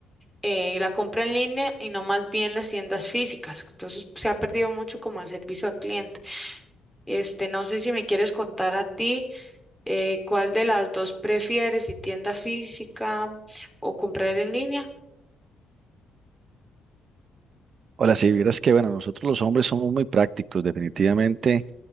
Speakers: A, in the centre; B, on the right (about 55°).
A: eh, la compra en línea y no más bien las tiendas físicas. Entonces se ha perdido mucho como el servicio al cliente. Este, no sé si me quieres contar a ti. Eh, ¿cuál de las dos prefieres, si tienda física o comprar en línea?
B: Hola, si vieras que, bueno, nosotros los hombres somos muy prácticos, definitivamente